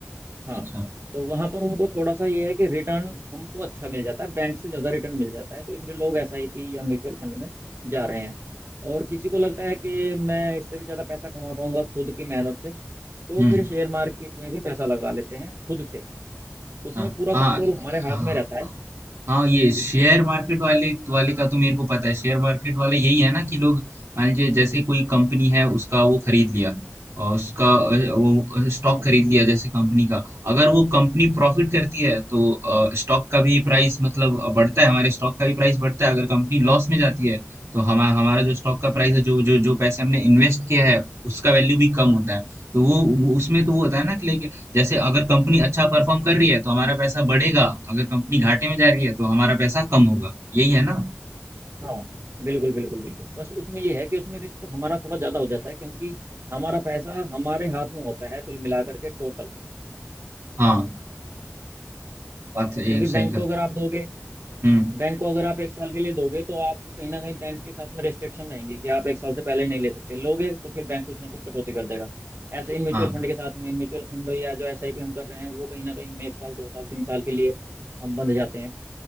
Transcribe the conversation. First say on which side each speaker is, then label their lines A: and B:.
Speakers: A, on the right; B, on the right.
A: हाँ
B: अच्छा
A: तो वहां पर उनको थोड़ा सा ये है कि रिटर्न हमको अच्छा मिल जाता है बैंक से ज्यादा रिटर्न मिल जाता है तो इसलिए लोग एसआईपी या म्यूचुअल फंड में जा रहे हैं और किसी को लगता है कि मैं इससे भी ज्यादा पैसा कमा पाऊंगा खुद की मेहनत से तो
B: हम्म
A: फिर शेयर मार्केट में भी पैसा लगा लेते हैं खुद से उसमें
B: हाँ
A: पूरा
B: हाँ
A: कंट्रोल हमारे
B: हाँ।
A: हाथ में रहता है
B: हाँ ये शेयर मार्केट वाले वाले का तो मेरे को पता है शेयर मार्केट वाले यही है ना कि लोग मान लीजिए जैसे कोई कंपनी है उसका वो खरीद लिया और उसका अ, वो स्टॉक
A: हाँ
B: खरीद लिया जैसे कंपनी का अगर वो कंपनी प्रॉफिट करती है तो अ, स्टॉक का भी प्राइस मतलब बढ़ता है हमारे स्टॉक का भी प्राइस बढ़ता है अगर कंपनी लॉस में जाती है तो हमारा हमारा जो स्टॉक का
A: हम्म
B: प्राइस है
A: हम्म,
B: जो जो जो पैसे हमने इन्वेस्ट किया है उसका वैल्यू भी कम होता है तो वो वो- उसमें तो वो होता है ना कि लाइक जैसे अगर कंपनी अच्छा परफॉर्म कर रही है तो हमारा पैसा बढ़ेगा अगर कंपनी घाटे में जा रही है तो हमारा पैसा कम होगा यही है ना
A: हाँ बिल्कुल बिल्कुल बिल्कुल बस उसमें ये है कि उसमें रिस्क हमारा थोड़ा ज्यादा हो जाता है क्योंकि हमारा पैसा हमारे हाथ में होता है कुल मिलाकर के टोटल
B: हाँ बात ये
A: क्योंकि
B: सही
A: बैंक
B: कहा
A: को अगर आप दोगे
B: हम्म
A: बैंक को अगर आप एक साल के लिए दोगे तो आप कहीं ना कहीं बैंक के साथ में रेस्ट्रिक्शन रहेंगी कि आप एक साल से पहले नहीं ले सकते लोगे तो फिर बैंक कुछ ना कुछ कटौती कर देगा ऐसे ही म्यूचुअल
B: हाँ
A: फंड के साथ में म्यूचुअल फंड या जो एसआईपी हम कर रहे हैं वो कहीं ना कहीं हमें एक साल दो साल तीन साल के लिए हम बंध जाते हैं